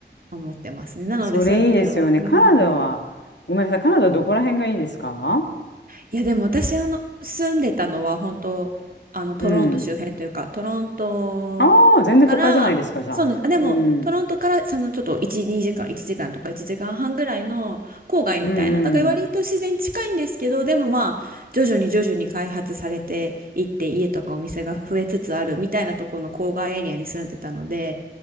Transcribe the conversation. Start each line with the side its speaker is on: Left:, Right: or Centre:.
Right: 思ってますね。なのでそういう意味では、
Left: それいいですよね。
Right: うん、
Left: カナダは、ごめんなさい、カナダどこら辺がいいですか
Right: いやでも私あの住んでたのは本当あのトロント周辺というかトロントからそうなんですあでもトロントからそのちょっと1、
Left: うん。ああ、全然都会じゃないですか、じゃあ。うん。
Right: 2時間1時間とか1時間半ぐらいの郊外みたいなだから割と自然近いんですけどでもまあ徐々に徐々に開発されていって家とかお店が増えつつあるみたいなところの郊外エリアに住んでたので
Left: うん